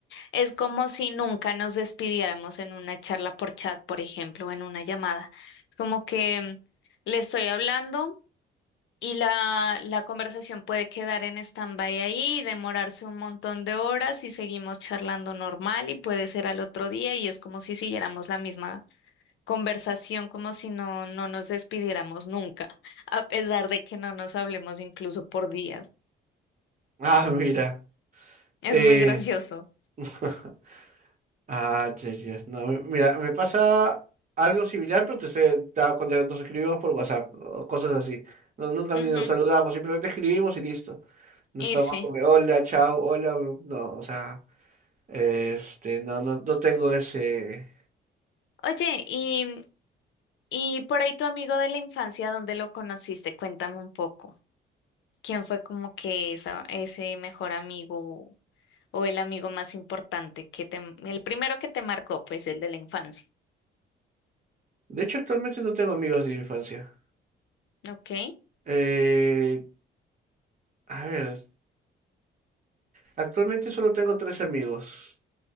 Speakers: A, on the left (about 70°); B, on the right (about 40°).
A: es como si nunca nos despidiéramos en una charla por chat, por ejemplo, o en una llamada. Es Como que mm, le estoy hablando y la, la conversación puede quedar en stand-by ahí, demorarse un montón de horas y seguimos charlando normal y puede ser al otro día y es como si siguiéramos la misma conversación como si no, no nos despidiéramos nunca, <laughs> a pesar de que no nos hablemos incluso por días.
B: Ah, mira.
A: Es
B: Eh,
A: muy gracioso.
B: <laughs> ah, yes, yes, No, mi- mira, me pasa algo similar, pero te sé- ta- cuando nos escribimos por WhatsApp, o cosas así. No, nunca
A: Ujú,
B: ni nos saludamos, simplemente escribimos y listo. No
A: Y
B: estamos
A: sí.
B: como, hola, chao, hola. No, o sea, este, no, no, no tengo ese.
A: Oye, y, y por ahí tu amigo de la infancia, ¿dónde lo conociste? Cuéntame un poco. ¿Quién fue como que esa, ese mejor amigo o el amigo más importante que te, el primero que te marcó, pues el de la infancia?
B: De hecho, actualmente no tengo amigos de infancia.
A: Ok,
B: Eh, A ver, actualmente solo tengo tres amigos.